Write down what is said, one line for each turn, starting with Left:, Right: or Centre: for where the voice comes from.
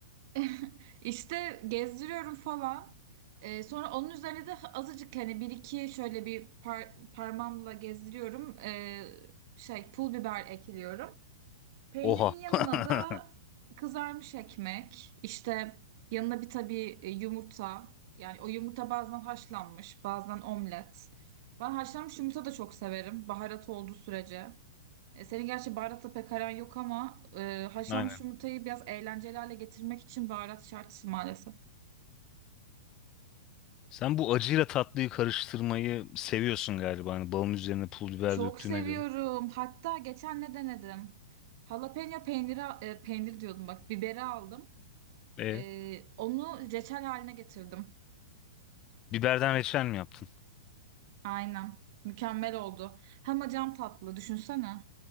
Right: <laughs> İşte gezdiriyorum falan. Ee, sonra onun üzerine de azıcık hani bir iki şöyle bir par- parmağımla gezdiriyorum. Ee, şey pul biber ekliyorum. Peynirin
Left: Oha.
Right: yanına
Left: <laughs>
Right: da kızarmış ekmek, işte yanına bir tabii e, yumurta. Yani o yumurta bazen haşlanmış, bazen omlet. Ben haşlanmış yumurta da çok severim, baharat olduğu sürece. E, senin gerçi baharatla pek aran yok ama e, haşlanmış
Left: Aynen.
Right: yumurtayı biraz eğlenceli hale getirmek için baharat şart maalesef.
Left: Sen bu acıyla tatlıyı karıştırmayı seviyorsun galiba. Hani balın üzerine pul biber
Right: Çok
Left: döktüğüne
Right: seviyorum.
Left: göre.
Right: Hatta geçen ne denedim? Jalapeno peyniri, e, peynir diyordum bak, biberi aldım.
Left: E,
Right: E, onu reçel haline getirdim.
Left: biberden reçel mi yaptın?
Right: Aynen. Mükemmel oldu. Hem acam tatlı düşünsene.